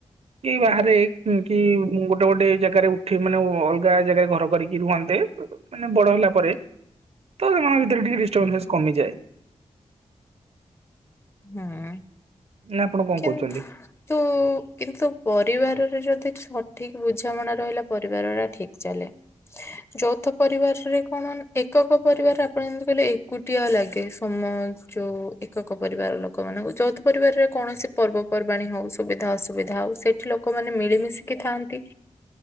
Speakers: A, on the right; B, on the left.
A: ଏ ବାହାରେ କି ଗୋଟେ ଗୋଟେ ଜାଗାରେ ଉଠି ମାନେ ଅଲଗା ଜାଗାରେ ଘର କରିକି ରୁହନ୍ତେ ମାନେ ବଡ ହେଲା ପରେ ତ ସେମାନଙ୍କ ଭିତରେ ଟିକେ ଡିଷ୍ଟରବାନସ୍ କମିଯାଏ।
B: ହୁଁ।
A: ନା ଆପଣ କଣ
B: କିନ୍ତୁ
A: କହୁଛନ୍ତି?
B: କିନ୍ତୁ ପରିବାରରେ ଯଦି ସ ସଠିକ୍ ବୁଝାମଣା ରହିଲା ପରିବାର ଟା ଠିକ୍ ଚାଲେ। ଯୌଥ ପରିବାରରେ କଣ ଏକକ ପରିବାର ଆପଣ ଯେମିତି କହିଲେ ଏକୁଟିଆ ଲାଗେ ସମ ମ ଚୁ ଏକକ ପରିବାର ଲୋକମାନଙ୍କୁ ଯୌଥ ପରିବାରରେ କୌଣସି ପର୍ବ ପର୍ବାଣୀ ହଉ ସୁବିଧା ଅସୁବିଧା ହଉ ସେଇଠି ଲୋକମାନେ ମିଶି ମିଳିମିଶିକି ଥାଆନ୍ତି।